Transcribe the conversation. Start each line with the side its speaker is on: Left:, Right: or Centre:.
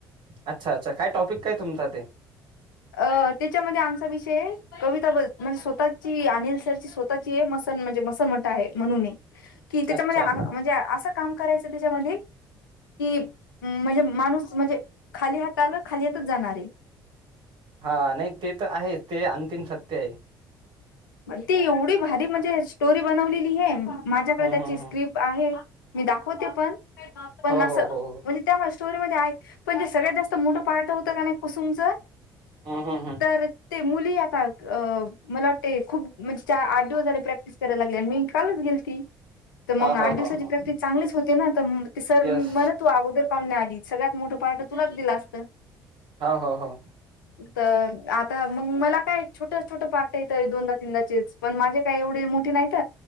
Right: अच्छा अच्छा काय टॉपिक काय तुमचा ते
Left: अ त्याच्यामध्ये आमचा विषय कविता बद् म्हणजे स्वतःची अनिल सरची स्वः म्हणजे मसन म्हणून की
Right: अच्छा,
Left: त्या म्हणजे अस काम करायचं त्याच्यामध्ये कि म्हणजे माणूस म्हणजे खाली हात आला खाली हातच जाणार आहे
Right: हा नाही ते तर आहे ते अंतिम सत्य आहे
Left: ती एवढी भारी म्हणजे स्टोरी बनवलेली आहे माझ्याकडे
Right: हम्म
Left: त्याची
Right: हम्म
Left: स्क्रिप्ट
Right: हम्म
Left: आहे मी दाखवते पण पण
Right: हो
Left: म्हणजे
Right: हो हो हो
Left: त्या स्टोरीमध्ये आहे पण तेे सगळतस्त मोठं पार्ट होतं का नाही कुसुमचं
Right: हम्म हम्म हम्म
Left: तर ते मुली आता मला वाटतें खूप म्हणजे चार आठ दिवस झाले प्रॅक्टिस करायला लागली आणि मी कालच गेल ती तर
Right: हो
Left: मग आठ
Right: हो
Left: दिवसाची
Right: हो हो
Left: प्रॅक्टिस चांगलीच होते ना तर ते सर
Right: येस
Left: म्हण तू अगोदर पाहण्या आधी सगळ्यात मोठं पार्ट तुलाच दिलं असतं
Right: हो हो हो
Left: तर आता मग मला काय छोट छोटं पार्क दोनदा तीनदाचेच पण माझे काही एवढी मोठी नाहीत.